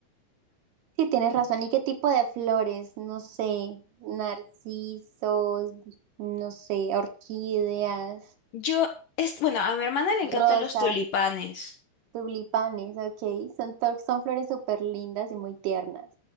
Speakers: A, on the right (about 65°); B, on the left (about 65°).
A: sí, tienes razón. ¿Y qué tipo de flores? No sé, narcisos, no sé, orquídeas,
B: Yo, es, bueno, a mi hermana le encantan
A: rosas,
B: los tulipanes.
A: tulipanes, ok. Son, to- son flores súper lindas y muy tiernas.